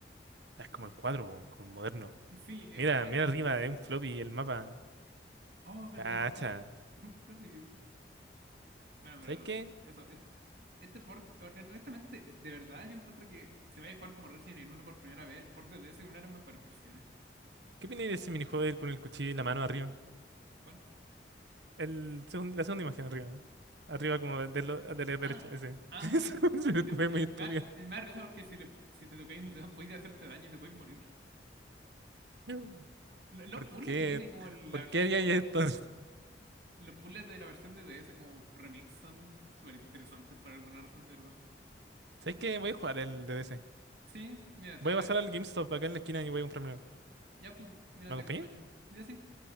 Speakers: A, on the right; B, on the right.
A: Ah, Es como el cuadro, po, como moderno.
B: Sí, eh,
A: Mira,
B: eh, eh.
A: mira arriba, es un floppy el mapa.
B: oh, verdad,
A: Cacha.
B: un flop. <laughs> Bueno, pero
A: ¿Sabes qué?
B: eso, este, este port, honestamente, de verdad yo encuentro que si vais a jugar como Resident Evil uno por primera vez, el port de D. S. es una de las mejores versiones.
A: ¿Qué opináis de ese minijuego de ir con el cuchillo y la mano arriba?
B: ¿Cuál?
A: El segun- la segunda imagen arriba. Arriba como de, de lo- de la derecha,
B: Ah,
A: ese.
B: ah,
A: <laughs>
B: sí.
A: Eso
B: Y te-
A: me muy estúpido.
B: me, da, me da risa porque si, le, si te tocáis un dedo podéis hacerte daño y te podéis morir.
A: <laughs>
B: <laughs> Lo- Los,
A: ¿Por
B: puzzles
A: qué?
B: que tiene como el-
A: ¿Por
B: la versión
A: qué haría
B: como de...
A: esto? <laughs>
B: Los puzzles de la versión de D. S. como remix son súper interesantes por alguna razón, de verdad.
A: ¿Sabes qué? Voy a jugar el D. D. DDC.
B: Sí, mira,
A: Voy
B: te voy
A: a pasar
B: a... pre-
A: al GameStop acá en la esquina y voy a comprarme.
B: Ya, pues, mira,
A: ¿Me
B: te
A: acompañan?
B: acompaño. Ya sí.